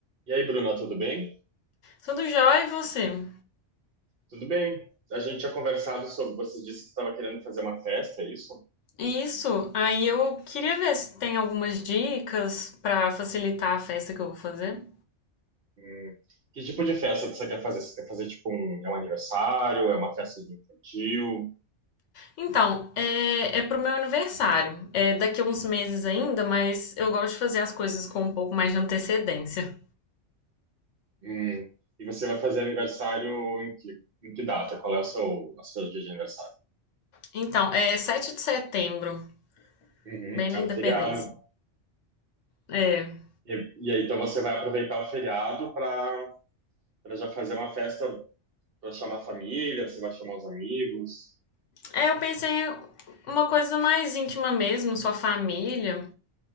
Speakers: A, on the right; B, on the left.
A: E aí, Bruna, tudo bem?
B: Tudo jóia e você?
A: Tudo bem. A gente tinha conversado sobre. Você disse que estava querendo fazer uma festa, é isso?
B: Isso, aí eu queria ver se tem algumas dicas para facilitar a festa que eu vou fazer.
A: Hum. Que tipo de festa que você quer fazer? Você quer fazer tipo um. É um aniversário? É uma festa de infantil?
B: Então, é, é pro meu aniversário. É daqui a uns meses ainda, mas eu gosto de fazer as coisas com um pouco mais de antecedência.
A: Hum. E você vai fazer aniversário em que, em que data? Qual é o seu, o seu dia de aniversário?
B: Então, é 7 de setembro,
A: Uhum.
B: bem na
A: É um
B: Independência.
A: feriado.
B: É,
A: E, e aí, então você vai aproveitar o feriado para para já fazer uma festa para chamar a família, você vai chamar os amigos.
B: é eu pensei uma coisa mais íntima mesmo, só família,